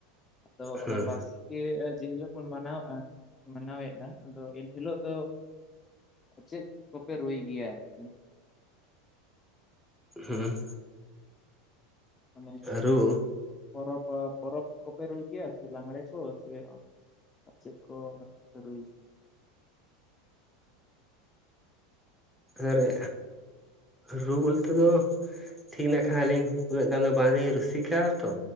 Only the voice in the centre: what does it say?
ᱦᱩᱸ
ᱦᱩᱸ
ᱨᱩ
ᱟᱨᱮ ᱨᱩ ᱵᱚᱞᱛᱮ ᱫᱚ ᱴᱷᱤᱠ ᱱᱟᱠᱷᱟᱱᱞᱤᱧ ᱩᱱᱟᱹᱜ ᱜᱟᱱ ᱫᱚ ᱵᱟᱝᱞᱤᱧ ᱨᱩᱥᱤᱠᱟ ᱛᱚ